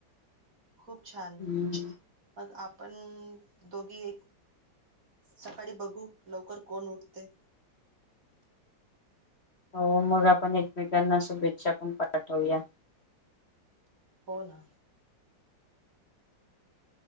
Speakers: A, on the right; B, on the left.
A: खूप छान
B: हम्म
A: मग आपण पण दोघी सकाळी बघू लवकर कोण उठते.
B: हो, मग आपण एकमेकांना शुभेच्छा पण पाठवूया.
A: होना.